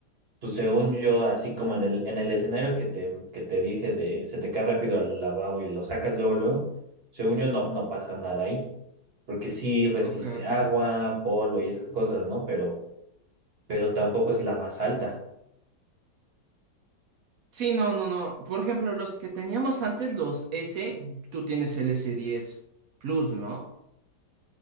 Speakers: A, on the right (about 40°); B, on the right (about 65°).
A: pues según yo, así como en el, en el escenario que te, que te dije de se te cae rápido al lavabo y lo sacas luego, luego, según yo no, no pasa nada ahí. Porque sí resiste
B: Ok, ok.
A: agua, polvo y esas cosas, ¿no? Pero, pero tampoco es la más alta.
B: Sí, no, no, no. Por ejemplo, los que teníamos antes, los S, tú tienes el s diez Plus, ¿no?